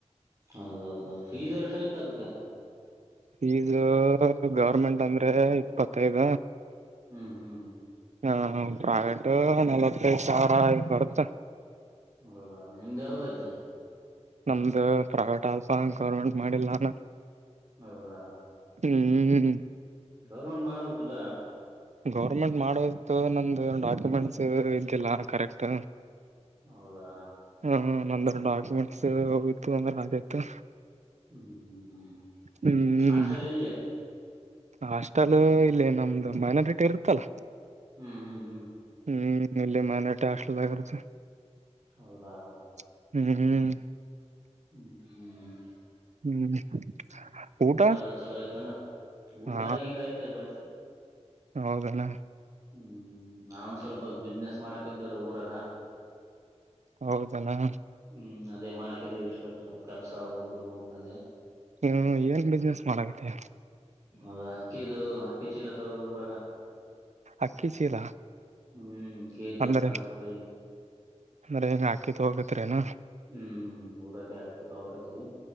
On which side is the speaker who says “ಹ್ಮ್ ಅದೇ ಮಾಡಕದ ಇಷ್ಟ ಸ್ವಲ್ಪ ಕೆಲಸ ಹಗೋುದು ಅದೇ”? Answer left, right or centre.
Right